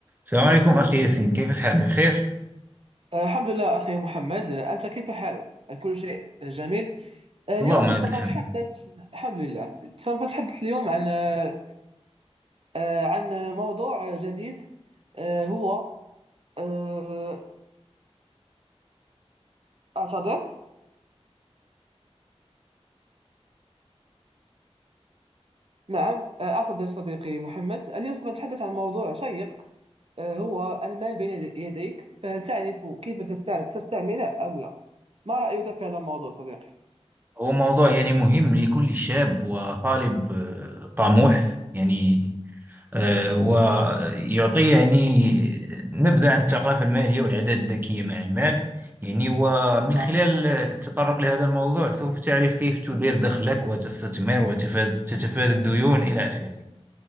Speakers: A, on the right; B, on the right.
A: السلام عليكم أخي ياسين كيف الحال بخير؟
B: آه، الحمد لله أخي محمد آه، أنت كيف حالك؟ آه، كل شيء آه، جميل آه، اليوم
A: اللهم لك
B: سوف
A: الحمد
B: نتحدث الحمد لله سوف نتحدث اليوم عن آه، آه، عن موضوع آه، جديد آه، هو آه، أعتذر نعم آه، أعتذر صديقي محمد اليوم سوف نتحدث عن موضوع شيق آه، هو المال بين يدي- يديك فهل تعرف كيف تستعم- تستعمله أم لا؟ ما رأيك في هذا الموضوع صديقي؟
A: هو موضوع يعني مهم لكل شاب وطالب آه، طموح يعني آه، ويعطي يعني نبذة عن الثقافة المالية والعادات الذكية مع المال يعني ومن
B: نعم
A: خلال التطرق لهذا الموضوع سوف تعرف كيف تدير دخلك وتستثمر وتتفادى الديون إلى آخره